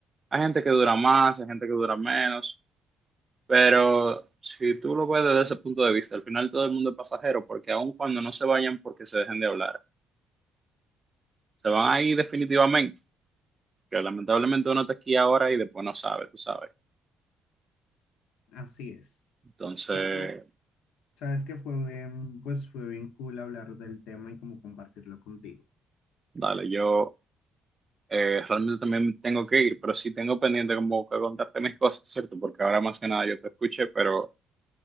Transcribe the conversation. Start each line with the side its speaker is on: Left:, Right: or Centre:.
Right: Hay gente que dura más, hay gente que dura menos, pero si tú lo ves desde ese punto de vista, al final todo el mundo es pasajero, porque aun cuando no se vayan porque se dejen de hablar, se van a ir definitivamente, que lamentablemente uno está aquí ahora y después no sabe, tú sabes.
Left: así es.
Right: Entonces,
Left: Pero bueno, sabes que fue bien, pues fue bien cool hablar del tema y como compartirlo contigo.
Right: dale, yo eh, realmente también tengo que ir, pero sí tengo pendiente como que contarte mis cosas, ¿cierto? Porque ahora más que nada yo te escuché, pero...